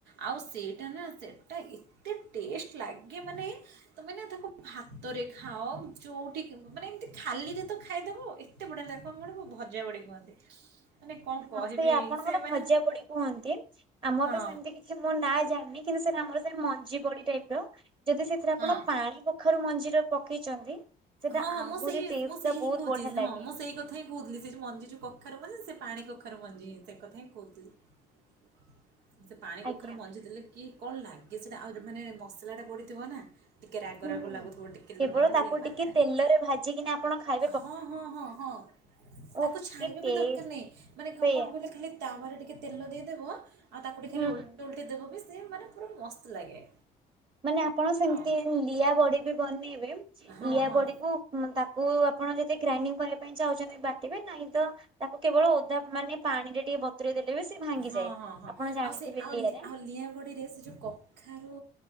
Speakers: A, on the right (about 85°); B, on the right (about 30°).
A: ଆଉ ସେଇଟା ନା ସେଇଟା ଏତେ ଟେଷ୍ଟ ଲାଗେ ମାନେ ତମେ ନା ତାକୁ ଭାତରେ ଖାଅ ଯୋଉଠି କି ମାନେ ଏମତି ଖାଲିରେ ତ ଖାଇଦେବ ଏତେ ବଢ଼ିଆ ଲାଗିବ ତାକୁ ଭଜା ବଢ଼ି କୁହନ୍ତି। ମାନେ କ'ଣ କହିବି
B: ହଁ ସେଇ ଆପଣଙ୍କର
A: ସେ ମାନେ
B: ଭଜା ବଡି କୁହନ୍ତି ଆମର
A: ହଁ
B: ତ ସେମିତି କିଛି ମୁଁ ନାଁ ଜାଣିନି କିନ୍ତୁ ସେଟ ଆମର ସେ ମଞ୍ଜି ବଡି ଟାଇପ ର ଯଦି ସେଥିରେ
A: ହଁ
B: ଆପଣ ପାଣି ପାଖରୁ ମଞ୍ଜିର ପକେଇଛନ୍ତି ସେଟା
A: ହଁ ହଁ
B: ଆହୁରି
A: ମୁଁ ସେଇ
B: ଟେଷ୍ଟ
A: ମୁଁ ସେଇ
B: ଟା
A: ହିଁ
B: ବହୁତ
A: କହୁଛି
B: ବଢିଆ
A: ହଁ
B: ଲାଗେ
A: ମୁଁ ସେଇ କଥା ହିଁ କହୁଥିଲି ସେ ମଞ୍ଜି ଯୋଉ କଖାରୁ ମଞ୍ଜି ସେ ପାଣି କଖାରୁ ମଞ୍ଜି ହଁ ସେ କଥା ହିଁ କହୁଥିଲି। <inaudible> ସେ ପାଣି କଖାରୁ
B: ଆଜ୍ଞା
A: ମଞ୍ଜି ଦେଲେ କି କଣ ଲାଗେ ସେଟା ଆଉ ମାନେ ମସଲାଟା ପଡ଼ିଥିବ ନା ଟିକେ ରାଗ
B: ହୁଁ।
A: ରାଗ ଲାଗୁଥିବ ଟିକେ
B: କେବଳ
A: ଲୁଣେ ମିଳେଇ
B: ତାକୁ ଟିକେ ତେଲରେ ଭାଜିକି ଆପଣ ଖାଇ
A: ହଁ ହଁ ହଁ ହଁ ତାକୁ
B: ଓଃ
A: ଛାଣିବା
B: କି ଟେଷ୍ଟ
A: ବି ଦରକାର ନାହିଁ ମାନେ
B: ସେଇଆ
A: କଣ କହିଲେ ଖାଲି ତାୱାରେ ଟିକେ ତେଲ ଦେଇଦବା ଆଉ ତାକୁ ଟିକେ
B: ହୁଁ।
A: ଖାଲି ଓଲଟି ଓଲଟି ଦେବ ବି ସେ ମାନେ ପୁରା ମସ୍ତ ଲାଗେ।
B: ମାନେ ଆପଣ ସେମିତି
A: ଆଉ
B: ଲିଆ ବଡି ବି ବନେଇବେ
A: ହଁ
B: ଲିଆ
A: ହଁ
B: ବଡିକୁ ହଁ ତାକୁ ଆପଣ ଯଦି ଗ୍ରାଇଣ୍ଡିଙ୍ଗ କରିବା ପାଇଁ ଚାହୁଁଛନ୍ତି ବାଟିବେ ନାହିଁ ତ ତାକୁ କେବଳ ଓଦା ମାନେ ପାଣିରେ ଟିକେ ବତୁରେଇ ଦେଲେ ବି ସେ ଭାଙ୍ଗିଯାଏ।
A: ହଁ ହଁ ହଁ
B: ଆପଣ ଜାଣିଥିବେ
A: ଆଉ ସେ ଆଉ
B: ଲିଆରେ
A: ଆଉ ଲିଆ ବଡିରେ ସେ ଯୋଉ କଖାରୁ